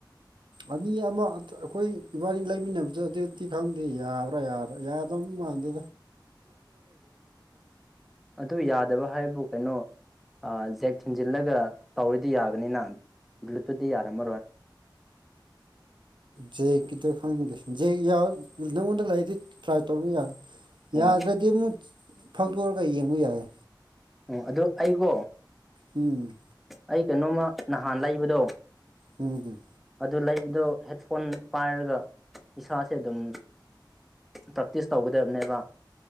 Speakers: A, on the right; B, in the centre.
A: ꯑꯅꯤ ꯑꯃ ꯑꯩꯈꯣꯏ ꯏꯕꯥꯅꯤ ꯂꯩꯃꯤꯟꯅꯕꯗ ꯑꯗꯨꯗꯤ ꯈꯪꯗꯦ ꯌꯥꯕ꯭ꯔꯥ ꯌꯥꯕ꯭ꯔꯥ ꯌꯥꯗ ꯃꯥꯥꯟꯗ
B: ꯑꯗꯨ ꯌꯥꯗꯕ ꯍꯥꯏꯕ ꯕꯨ ꯀꯩꯅꯣ ꯖꯦꯛ ꯊꯤꯟꯖꯤꯜꯂꯒ ꯇꯧꯔꯗꯤ ꯌꯥꯒꯅꯤꯅ ꯕ꯭ꯂꯨꯇꯨꯠꯇꯇꯤ ꯌꯥꯔꯝꯃꯔꯣꯏ
A: ꯖ ꯀꯥꯗ ꯈꯪ ꯖꯦꯛ ꯅꯪꯉꯣꯟꯗ ꯂꯩꯗꯤ ꯇ꯭ꯔꯥꯏ ꯇꯧꯕ ꯌꯥꯔꯦ
B: ꯑꯣ
A: ꯌꯥꯗ꯭ꯔꯗꯤ ꯑꯃꯨꯛ ꯐꯧꯗꯣꯔꯒ ꯌꯦꯡꯕ ꯌꯥꯏꯦ
B: ꯑꯣ ꯑꯗꯨꯣ ꯑꯩꯀꯣ
A: ꯎꯝ
B: ꯑꯩ ꯀꯩꯅꯣꯝꯃ ꯅꯍꯥꯟ ꯂꯩꯕꯗꯣ
A: ꯎꯝ
B: ꯑꯗꯨ ꯂꯩꯕꯗꯣ ꯍꯦꯠꯐꯣꯟ ꯄꯥꯏꯔꯒ ꯏꯁꯥꯁꯦ ꯑꯗꯨꯝ ꯄ꯭ꯔꯦꯛꯇꯤꯁ ꯇꯧꯒꯗꯕꯅꯦꯕ